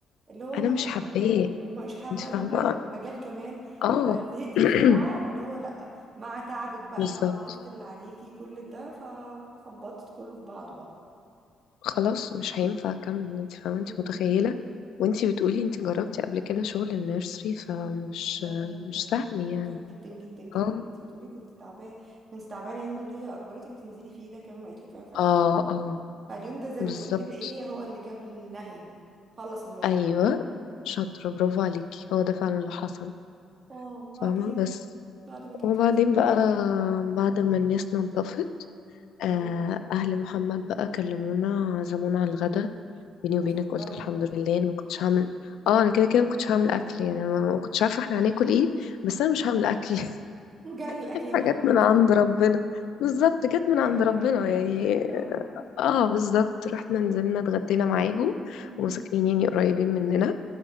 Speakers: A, on the right; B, on the left.
A: اللي هو
B: <laughs>
A: انا
B: انا مش حباه
A: هجرب ومش حابه
B: انت فاهمه
A: ال- المجال كمان
B: اه
A: فزهقتي
B: <clears throat>
A: بسرعه اللي هو لا مع تعبك بقى
B: بالظبط
A: مع الضغط اللي عليكي كل ده فخبطت كله في بعضه
B: خلاص مش هينفع اكمل انت فاهمه
A: بقى
B: انت متخيله وانت بتقولي انت جربتي قبل كده شغل النيرسري فمش
A: لا لا متعب
B: مش سهل يعني
A: متعب جدا جدا جدا
B: اه
A: انت بتقولي كنت تعبانه كنت تعبانه يوم اللي هي اجبرتك تنزلي فيه ده كمان وقالت لك ما ينفعش
B: اه
A: تنزلي
B: اه
A: فاليوم ده زي
B: بالظبط
A: ما تقولي كده ايه هو اللي جاب النهايه خلص الموضوع
B: ايوه شاطرة برافو عليكي هو ده فعلا اللي حصل
A: اه وبعدين
B: فاهمة بس
A: بعد ما جبت
B: وبعدين
A: ناس نظفت
B: بقى
A: البيت بقى
B: بعد ما الناس نضفت آه،
A: مم.
B: أهل محمد بقى كلمونا عزمونا على الغدا بيني
A: ناس
B: وبينك
A: محترمه
B: قلت الحمد
A: والله
B: لله أنا ما كنتش هعمل اه أنا كده كده ما كنتش هعمل أكل يعني أنا ما كنتش عارفة احنا هناكل ايه بس أنا مش هعمل أكل <laughs>
A: جالك الاكل يا
B: حاجات
A: محمد
B: من عند ربنا بالظبط جت
A: <laughs>
B: من
A: ايوه
B: عند ربنا
A: ايوه جالك
B: يعني
A: الاكل يا محمد
B: اه بالظبط رحنا نزلنا اتغدينا معاهم
A: امم
B: وهم ساكنين يعني قريبين مننا